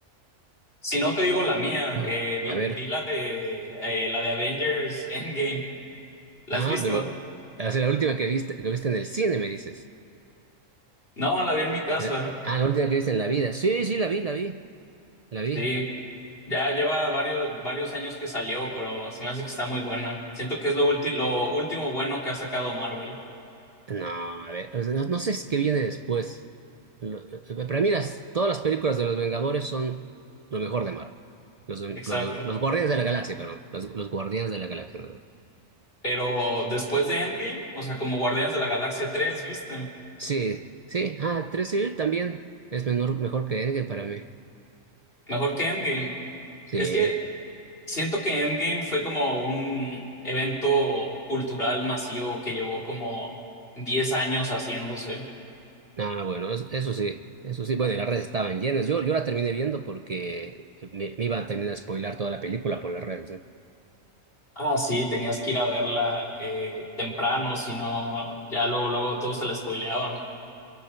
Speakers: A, on the left (about 45°); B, on the right (about 50°).
A: Si no te digo la mía,
B: No,
A: eh, vi,
B: a ver,
A: vi la de, eh, la de Avengers Endgame, ¿la
B: ah,
A: has visto?
B: pero, o sea, la última que viste, que viste en el cine, me dices.
A: No, la vi en mi casa,
B: ¿Eh? Ah, la última que viste en la vida. Sí, sí, la vi, la vi, la vi.
A: sí, ya lleva varios, varios años que salió, pero se me hace que está muy buena. Siento que es lo ulti- lo último bueno que ha sacado Marvel,
B: No, a ver, pues, no, no sé es qué viene después. Lo- Para mí las, todas las películas de los Vengadores son lo mejor de Marvel. Los, los,
A: exacto.
B: los Guardianes de la Galaxia, perdón. Los, los Guardianes de la Galaxia. perdón.
A: Pero después de Endgame, o sea, como Guardianes de la Galaxia 3, ¿viste?
B: Sí, sí. Ah, 3 Civil también es menor, mejor que Endgame para mí.
A: Mejor que Endgame.
B: Sí.
A: Es que siento que Endgame fue como un evento cultural masivo que llevó como 10 años haciéndose.
B: Ah, bueno, eso, eso sí. Eso sí. Bueno, y las redes estaban llenas. Yo, yo la terminé viendo porque me, me iban a terminar a spoilar toda la película por las redes, ¿eh?
A: Ah, sí, tenías que ir a verla eh, temprano, si no, ya luego, luego todos te la spoileaban.